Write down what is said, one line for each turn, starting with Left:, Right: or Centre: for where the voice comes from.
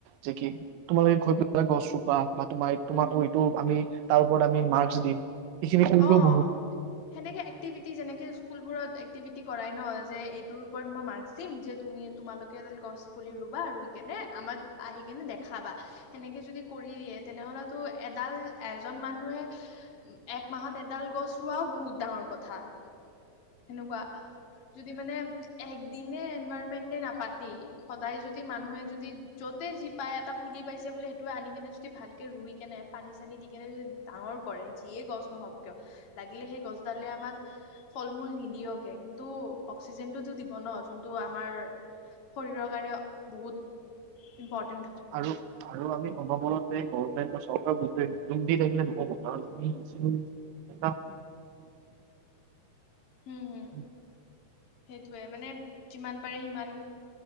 Right: যে কি তোমালোকে গৈ পেলাই গছ ৰোবা বা তোমাৰ তোমাকো
Left: উম
Right: এইটো আমি তাৰ ওপৰত আমি মাৰ্ক দিম সেইখিনি কৰিলেও
Left: অ
Right: বহুত।
Left: সেনেকে এক্টিভিটি যেনেকে স্কুলবোৰত এক্টিভিটি কৰাই ন যে এইটোৰ ওপৰত মই মাৰ্ক দিম যে তুমি তোমালোকে এডাল গছ পুলি ৰুবা ৰুই কেনে আমাক আহি কেনে দেখাবা। সেনেকে যদি কৰি দিয়ে তেনেহলেতো এডাল এজন মানুহে এক মাহত এডাল গছ ৰোৱাও বহুত ডাঙৰ কথা সেনেকুৱা। যদি মানে একদিনে এনভাইৰনমেন্টে ডে নাপাতি সদায় যদি মানুহে যদি যতে যি পাই এটা পুলি পাইছে বোলে সেইটো আনি কেনে যদি ভালকে ৰুই কেনে পানী চানি দি কেনে যদি ডাঙৰ কৰে। যিয়ে গছ নহওক কিয় লাগিলে সেই গছডালে আমাক ফল মূল নিদিয়কে কিন্তু অক্সিজেনটোতো দিব ন যোনটো আমাৰ শৰীৰৰ কাৰণে বহুত ইম্পৰ্টে
Right: আৰু আৰু আমি অনবৰতে গভমেণ্ট বা চৰকাৰ ক দোষ দি থাকিলে নহ'ব। <unintelligible>
Left: হম
Right: <inaudible>
Left: হম সেইটোৱে মানে যিমান পাৰে সিমান